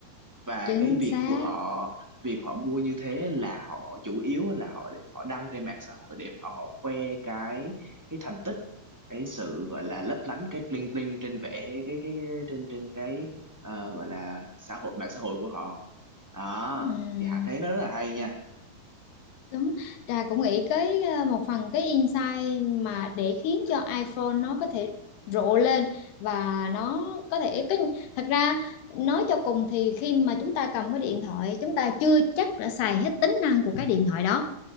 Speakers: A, on the right (about 25°); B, on the left (about 85°).
A: và
B: chính
A: cái việc
B: xác
A: của họ việc họ mua như thế là họ chủ yếu là họ để họ đăng trên mạng xã hội để mà họ khoe cái cái thành tích cái sự gọi là lấp lánh cái bling bling trên vẻ cái cái, cái trên trên cái ờ, gọi là xã hội mạng xã hội của họ đó
B: ừ
A: thì Hạ thấy nó rất là hay nha
B: Đúng, Trà cũng nghĩ cái ờ, một phần cái insight mà để khiến cho iPhone nó có thể rộ lên và nó có thể cái thật ra nói cho cùng thì khi mà chúng ta cầm cái điện thoại chúng ta chưa chắc đã xài hết tính năng của cái điện thoại đó